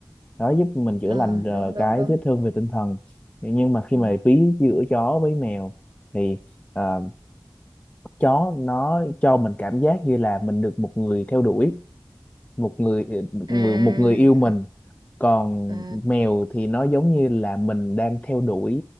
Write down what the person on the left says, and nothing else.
nó giúp mình chữa
lành ờ,
cái
vết thương về tinh thần nhưng mà khi
mà ví giữa chó với mèo thì ờ, chó nó cho mình cảm giác như là mình được một người theo đuổi một người ờ,
người một người yêu mình còn
mèo thì nó giống như là mình đang theo đuổi